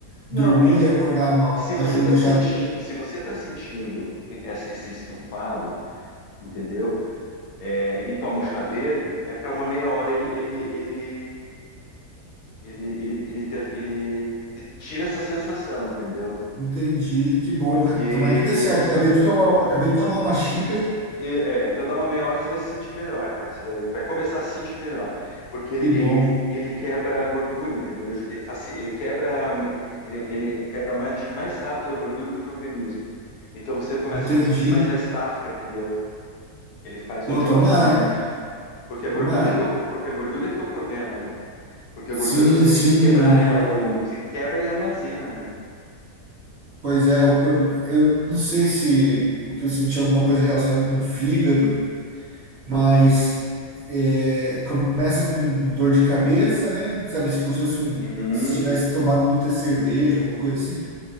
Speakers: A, on the left; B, on the right.
A: Não,
B: dormir
A: ele-
B: e acordar mal,
A: se
B: ajuda
A: você está sentindo,
B: já.
A: se você tá sentindo esse esse estufado, entendeu? É, e toma o chá verde, é para uma meia hora ele ele ele ele ele, ele, te- ele te tira essa sensação, entendeu?
B: Entendi, que bom,
A: Porque
B: cara.
A: ele.
B: Tomara que dê certo. Acabei de tomar, acabei de tomar uma xícara,
A: e- É, então dá uma meia hora você vai se sentir melhor, cara. Você vai, vai começar a se sentir melhor. Porque ele,
B: que bom.
A: ele, ele quebra a gordura, entendeu? Ele, aju- ele, faci- ele quebra, ele, ele quebra mais, acho que mais rápido a gordura do que o organismo. Então você começa
B: Entendi.
A: a não sentir mais a estafa, entendeu? Ele faz
B: Pô,
A: o jobzinho.
B: tomara, cara.
A: Porque a
B: Tomara.
A: gordura que é o, porque a gordura que é o problema, né? Porque
B: Sim,
A: a gordura você
B: sim,
A: tem que quebrar
B: o...
A: ela, você quebra e armazena, né?
B: pois é, o... problema- eu não sei se o que eu senti é alguma coisa relacionada com o fígado. mas é, começa com dor de cabeça, né? Sabe, tipo, se fosse um,
A: Uhum.
B: se tivesse tomado muita cerveja, alguma coisa assim.